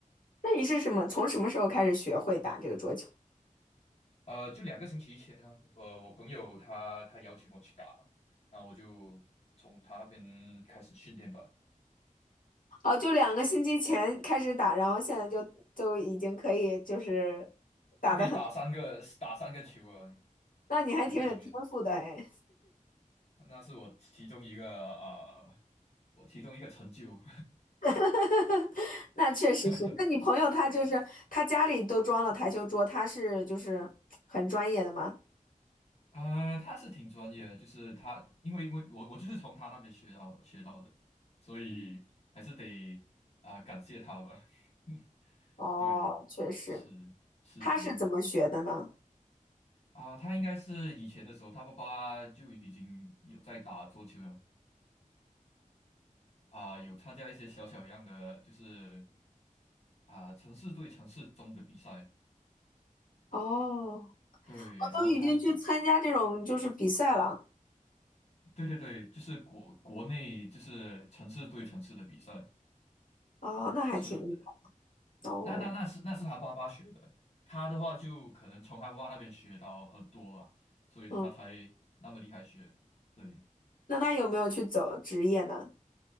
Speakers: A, on the left (about 75°); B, on the left (about 50°).
A: 那你是什么？从什么时候开始学会打这个桌球？
B: 呃，就两个星期前啊，呃，我朋友他他邀请我去打嘛，那我就从他那边开始训练吧，
A: 哦，就两个星期前开始打，然后现在就就已经可以就是打的很，
B: 就可以打三个打三个球啊，
A: 那你还挺有天赋的哎。
B: 十个里面，那是我其中一个啊、呃我其中一个成就。
A: <laughs> 那确实是，
B: <laughs>
A: 那你朋友他就是他家里都装了台球桌，他是就是很专业的吗？
B: 啊、呃他是挺专业的，就是他，因为因为我我就是从他那边学到学到的，所以还是得啊、感谢他吧。<laughs>
A: 哦，
B: 对，
A: 确实，
B: 是是是，
A: 他是怎么学的呢？
B: 啊，他应该是以前的时候，他爸爸就已经有在打桌球了啊，有参加一些小小样的，就是啊城市对城市中的比赛。
A: 哦，
B: 对，
A: 我都已经去参加这种就是比赛了。
B: 然后他，对对对，就是国国内就是城市对城市的比赛，
A: 哦，那还挺厉害。
B: 是的，
A: 哦，
B: 那那那是那是他爸爸学的，他的话就可能从他爸爸那边学到很多吧，所以他才那么厉害学。
A: 嗯，
B: 对，
A: 那他有没有去走职业呢？